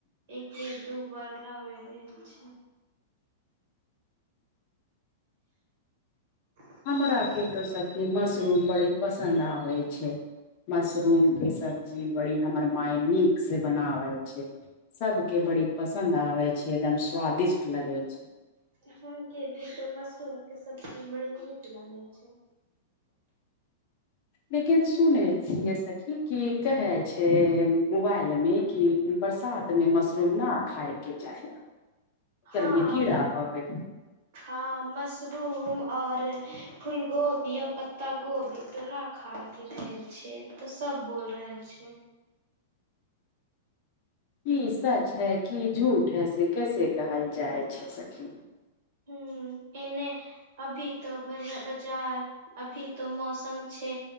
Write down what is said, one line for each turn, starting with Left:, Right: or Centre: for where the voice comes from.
Right: एक एक दू बार लाबै रहल छै <inaudible>
Left: हमरा के तो सखी मशरूम बड़ी पसन्द आबै छै मशरूम के सब्जी बड़ी हमर माय नीक से बनावै छै सबके
Right: हम
Left: बड़ी पसन्द आबै छै एकदम स्वादिष्ट लगै छै
Right: हम के भी ते मशरूम के सब्जी बड़ी नीक लागै छै
Left: लेकिन सुनै छियै सखी कि कहै छै मोबाइल मे कि बरसात मे मशरूम ना खाय के चाही ओकर
Right: हँ
Left: मे कीड़ा होवे के।
Right: हँ मशरूम आ और फूल गो बिय पत्ता गोबीतना खाय के रह छ तऽ सब बोल रहल छ
Left: की सच है की झूठ है से कैसे कहल जाइ छै सखी
Right: ह एने अभी तऽ ब बजार अभी तऽ मौसम छै